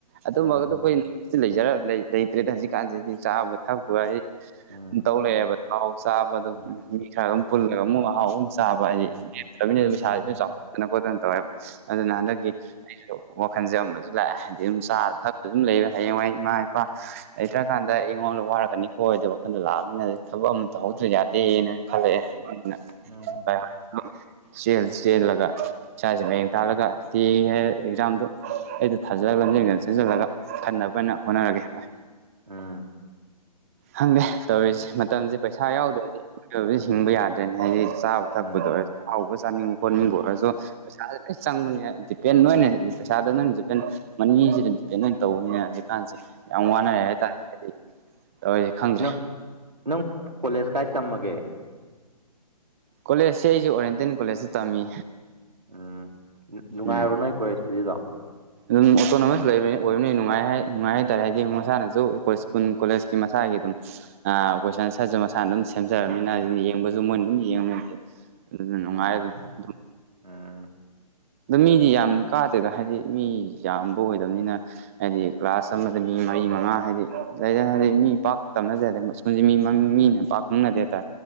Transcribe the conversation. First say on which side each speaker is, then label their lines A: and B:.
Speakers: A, on the right; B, on the right.
A: ꯑꯗꯨꯝꯕꯒꯗꯨ
B: ꯎꯝ
A: ꯑꯩꯈꯣꯏ ꯆꯤꯜ ꯂꯩꯖꯔꯥ ꯂꯩꯇ꯭ꯔꯦꯗꯗ ꯍꯧꯖꯤꯛꯀꯥꯟꯖꯤꯗꯤ ꯆꯥꯕ ꯊꯛꯄ ꯑꯩ
B: ꯎꯝ
A: ꯇꯧꯂꯩꯔ꯭ꯕ ꯊꯥꯎ ꯆꯥꯕꯗꯨꯝ
B: ꯎꯝ
A: ꯃꯤ ꯈꯔꯗꯨꯝ ꯄꯨꯜꯂꯒ ꯑꯃꯨꯛ ꯑꯍꯥꯎꯕ ꯑꯃꯨꯛ ꯆꯥꯕ
B: ꯎꯝ
A: ꯍꯥꯏꯗꯤ ꯂꯦꯞꯇ꯭ꯔꯕꯅꯤꯅ ꯄꯩꯁꯥꯁꯤ
B: ꯎꯝ
A: ꯑꯗꯨꯝ ꯆꯥꯎꯈꯠꯇꯅ ꯈꯣꯠꯇꯅ ꯇꯧꯋꯦꯕ ꯑꯗꯨ ꯅꯍꯥꯟ ꯅꯪꯒꯤ ꯑꯩꯖꯨ ꯋꯥꯈꯜꯁꯦ <unintelligible> ꯗꯨ ꯂꯥꯛꯑꯦ ꯍꯥꯏꯗꯤ ꯑꯗꯨꯝ ꯆꯥꯔ ꯊꯛꯔ ꯑꯗꯨꯝ ꯂꯩꯔꯦ ꯍꯌꯦꯡꯋꯥꯏ ꯏꯃꯥ ꯏꯄꯥ ꯂꯩꯇ꯭ꯔꯀꯥꯟꯗ ꯑꯩꯉꯣꯟꯗ ꯋꯥꯔꯛꯀꯅꯤꯀꯣꯏꯗꯣ ꯋꯥꯈꯜꯗꯣ ꯂꯥꯛꯑꯝꯅꯤꯅ ꯊꯕꯛ ꯑꯃ ꯇꯧꯍꯧꯗ꯭ꯔ ꯌꯥꯗꯔ꯭ꯦꯅ ꯈꯜꯂꯛꯑꯦ ꯑꯗꯨꯅꯦ
B: ꯎꯝ
A: <unintelligible> ꯆꯦꯜ ꯆꯦꯜꯂꯒ ꯏꯁꯥꯖꯦ ꯃꯌꯦꯡ ꯇꯥꯍꯜꯂꯒ ꯇꯤ ꯑꯦ ꯍꯥꯏ ꯑꯦꯛꯖꯥꯝꯗꯨ ꯑꯩꯗꯣ ꯊꯥꯖꯜꯂꯅꯤ ꯂꯝꯖꯦꯟꯖ ꯆꯦꯟꯁꯤꯜꯂꯒ ꯈꯟꯅꯕꯅ ꯍꯣꯠꯅꯔꯒꯦ ꯚꯥꯏ
B: ꯎꯝ
A: ꯍꯪꯗꯦ ꯇꯧꯔꯤꯁꯤ ꯃ ꯃꯇꯝꯖꯦ ꯄꯩꯁꯥ ꯌꯥꯎꯗꯔꯗꯤ ꯃꯤꯑꯣꯏꯕꯖꯦ ꯍꯤꯡꯕ ꯌꯥꯗ꯭ꯔꯦꯅꯤ ꯍꯥꯏꯗꯤ ꯆꯥꯕ ꯊꯛꯄꯗ
B: ꯎꯝ
A: ꯑꯣꯏꯔꯁꯨ ꯑꯍꯥꯎꯕ ꯆꯥꯅꯤꯡꯕ ꯍꯣꯠꯅꯤꯡꯕꯨ ꯑꯣꯏꯔꯁꯨ ꯄꯩꯁꯥꯥꯖꯦ ꯂꯣꯏ ꯆꯪꯕꯅꯦ ꯗꯤꯄꯦꯟ ꯅꯣꯏꯅ ꯄꯩꯁꯥꯗ ꯅꯣꯏꯅ ꯗꯤꯄꯦꯟ ꯃꯅꯤꯖꯤꯗ ꯗꯤꯄꯦꯟ ꯂꯣꯏꯅ ꯇꯧꯕꯅꯤꯅ ꯍꯧꯖꯤꯛꯀꯥꯟꯁꯦ ꯌꯥꯝ ꯋꯥꯅꯔꯦ ꯍꯥꯏꯇꯥꯔꯦ ꯇꯧꯔꯤꯖꯦ ꯈꯪꯗ꯭ꯔꯦ
B: ꯅꯪ ꯅꯪ ꯀꯣꯂꯦꯖ ꯀꯥꯏ ꯇꯝꯃꯒꯦ
A: ꯀꯣꯂꯦꯖꯁꯦ ꯑꯩꯖꯨ ꯑꯣꯔꯦꯟꯇꯦꯟ ꯀꯣꯂꯦꯖꯇ ꯇꯝꯃꯤ
B: ꯎꯝ ꯅꯨꯡꯉꯥꯏꯕꯔꯣ
A: ꯎꯝ
B: ꯅꯣꯏ ꯀꯣꯂꯦꯖ ꯇꯨꯗꯤꯗꯣ
A: ꯑꯗꯨꯝ ꯑꯣꯇꯣꯅꯣꯃꯁ ꯂꯩꯕꯅꯤ ꯑꯣꯏꯕꯅꯤ ꯅꯨꯡꯉꯥꯏ ꯍꯥꯏ ꯅꯨꯡꯉꯥꯏ ꯍꯥꯏꯇꯥꯥꯔꯦ ꯍꯥꯏꯗꯤ ꯃꯁꯥꯅꯖꯨ ꯑꯩꯈꯣꯏ ꯁ꯭ꯀꯨꯜ ꯀꯣꯂꯦꯖꯀꯤ ꯃꯁꯥꯒꯤ ꯑꯗꯨꯝ ꯑ ꯑꯈꯣꯏ ꯁꯥꯏꯁ ꯁꯠꯁꯨ ꯃꯁꯥꯅ ꯑꯗꯨꯝ ꯁꯦꯝꯖꯔꯕꯅꯤꯅ ꯗꯨꯝ ꯌꯦꯡꯕꯖꯨ ꯃꯣꯏꯅ ꯑꯗꯨꯝ ꯌꯦꯡꯉꯝꯃꯦ ꯍꯧꯖꯤꯛꯇꯤ ꯑꯗꯨꯅ ꯅꯨꯡꯉꯥꯏ
B: ꯎꯝ
A: ꯑꯗꯨꯝ ꯗꯨꯝ
B: ꯎꯝ
A: ꯑꯗꯣ ꯃꯤꯗꯤ ꯌꯥꯝ ꯀꯥꯗꯦꯗ ꯍꯥꯏꯗꯤ ꯃꯤ ꯌꯥꯝꯕ ꯑꯣꯏꯗꯕꯅꯤꯅ ꯍꯥꯏꯗꯤ ꯀ꯭ꯂꯥꯁ ꯑꯃꯗ ꯃꯤ ꯃꯔꯤ ꯃꯉꯥ ꯍꯥꯏꯗꯤ ꯂꯩ ꯍꯥꯏꯗꯤ ꯃꯤ ꯄꯥꯛ ꯇꯝꯅꯖꯔꯦ ꯁꯀꯨꯜꯁꯦ ꯃꯤ ꯃꯃꯤꯡ ꯃꯤꯅ ꯄꯥ ꯈꯪꯅꯗꯦꯗ